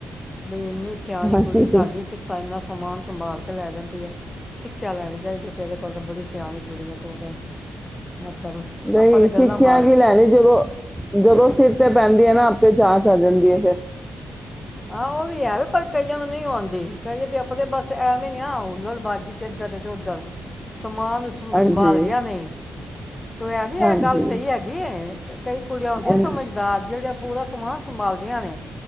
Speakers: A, on the left (about 25°); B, in the centre.
A: ਬਈ ਇੰਨੀ ਸਿਆਣੀ
B: ਹਾਂਜੀ
A: ਕੁੜੀ ਸਾਡੀ, ਕਿਸ ਤਰ੍ਹਾਂ ਇੰਨਾ ਸਮਾਨ ਸੰਭਾਲ ਲੈ ਜਾਂਦੀ ਹੈ। ਸਿੱਖਿਆ ਲੈਣੀ ਚਾਹੀਦੀ ਤੇਰੇ ਕੋਲੋ, ਬੜੀ ਸਿਆਣੀ ਕੁੜੀ ਹੈ ਤੂੰ ਤੇ। ਮਤਲਬ
B: ਨਹੀਂ
A: ਆਪਾਂ ਤੇ
B: ਸਿੱਖਿਆ
A: ਗੱਲਾਂ ਮਾਰ
B: ਕੀ ਲੈਣੀ,
A: ਕੇ
B: ਜਦੋਂ, ਜਦੋਂ ਸਿਰ ਤੇ ਪੈਂ ਜਾਂਦੀ ਹੈ ਨਾ, ਆਪੇ ਜਾਚ ਆ ਜਾਂਦੀ ਹੈ ਫੇਰ।
A: ਆਹੋ ਉਹ ਵੀ ਹੈ ਵੇ, ਪਰ ਕਈਆਂ ਨੂੰ ਨਹੀਂ ਆਉਂਦੀ, ਕਈ ਤੇ ਆਪਣੇ ਬੱਸ ਤੇ ਐਵੇਂ ਹੀ ਆ ਬਾਜੀ ਚ ਇੱਧਰ, ਤੇ ਉੱਧਰ। ਸਮਾਨ ਨੂੰ ਸੰ
B: ਹਾਂਜੀ,
A: ਸੰਭਾਲ ਦਿਆਂ ਨਹੀਂ, ਤੂੰ ਇਹ ਨੀ
B: ਹਾਂਜੀ,
A: ਇਹ ਗੱਲ ਸਹੀ ਹੈਗੀ ਏ, ਤੇ ਕਈ ਕੁੜੀਆਂ ਹੂੰਦੀਆਂ
B: ਹਾਂਜੀ,
A: ਸਮਝਦਾਰ ਜਿਹੜਿਆ ਪੂਰਾ ਸਮਾਨ ਸੰਭਾਲਦੀਆਂ ਨੇ।